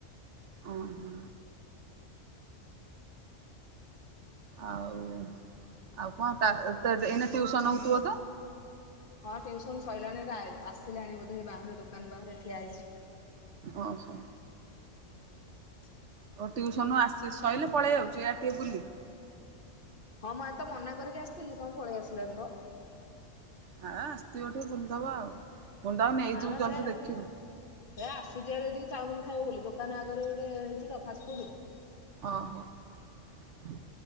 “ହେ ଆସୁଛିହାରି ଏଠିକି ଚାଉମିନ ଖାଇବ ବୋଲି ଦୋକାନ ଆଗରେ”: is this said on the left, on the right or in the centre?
Left